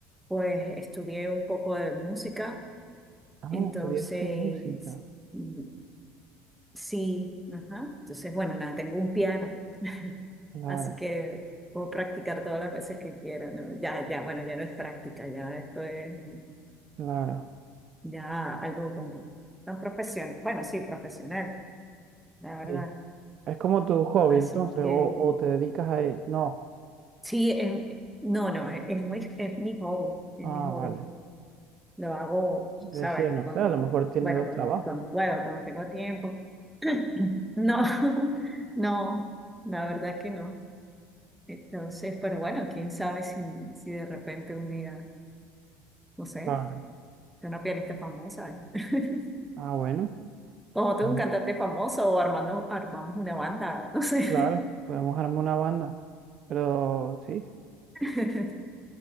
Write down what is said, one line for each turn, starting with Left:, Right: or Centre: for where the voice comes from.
Centre: pues estudié un poco de música,
Right: Ah,
Centre: entonces
Right: estudiaste música.
Centre: mm, sí, ajá. Entonces, bueno, nada, tengo un piano,
Right: Claro,
Centre: así que puedo practicar todas las veces que quiera, ¿no? Ya, ya, bueno, ya no es práctica, ya esto es mm,
Right: claro.
Centre: ya algo como tan profesional. Bueno, sí, profesional, la verdad.
Right: Sí. Es como tu hobby,
Centre: Así
Right: entonces,
Centre: que
Right: o, o te dedicas a él. No.
Centre: Sí, es- no, no, es, es muy- es mi hobby, es
Right: Ah,
Centre: mi hobby.
Right: vale.
Centre: Lo hago,
Right: Yo
Centre: ¿sabes?
Right: Decía, no
Centre: Cuando,
Right: sé, a lo mejor tiene
Centre: bueno,
Right: dos
Centre: cuando,
Right: trabajos.
Centre: cuando puedo, cuando tengo tiempo. <clears throat> No, <laughs> no, la verdad que no. Entonces, pero bueno, quién sabe si, si de repente un día, no sé,
Right: Claro.
Centre: soy una pianista famosa, ¿eh? <laughs>
Right: Ah, bueno.
Centre: como tú,
Right: Bueno.
Centre: un cantante famoso o armando, armamos una banda, no sé.
Right: Claro, podemos armar una banda. Pero sí, sí.
Centre: <laughs>